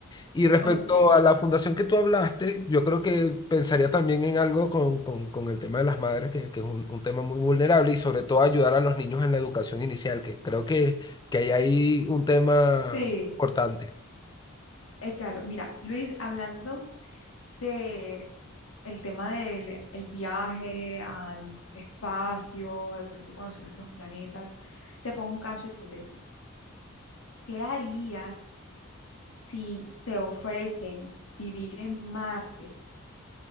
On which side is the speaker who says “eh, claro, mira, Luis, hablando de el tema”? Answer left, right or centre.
Left